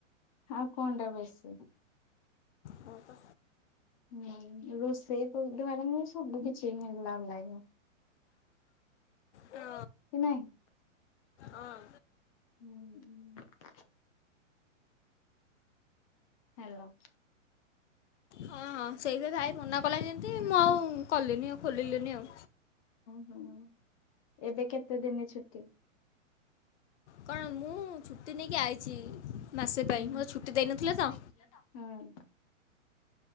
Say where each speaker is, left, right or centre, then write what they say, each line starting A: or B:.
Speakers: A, on the left; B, on the left.
A: ଆଉ କଅଁଟା ବେଶୀ
B: ହଁ ପା।
A: ହୁଁ ରୋଷେଇ ପରଠୁ ଆରମ୍ଭ କରି ସବୁକିଛି ମିଳିଲା ଅନଲାଇନି
B: ହଁ
A: କି ନାହିଁ?
B: ହଁ।
A: ହୁଁ ହୁଁ, ହାଲୋ,
B: ହଁ ହଁ ସେଇଥି ପାଇଁ ଭାଇ ମନା କଲା ଯେମିତି
A: ହୁଁ
B: ମୁଁ ଆଉ କଲିନି ଆଉ ଖୋଲିଲିନି ଆଉ
A: ହୁଁ ଏବେ କେତେ ଦିନ ଛୁଟି?
B: କଣ ମୁଁ ଛୁଟି ନେଇକି ଆଇଛି ମାସେ
A: ହୁଁ
B: ପାଇଁ ମୋର
A: ହୁଁ
B: ଛୁଟି ଦେଇନଥିଲେ ତ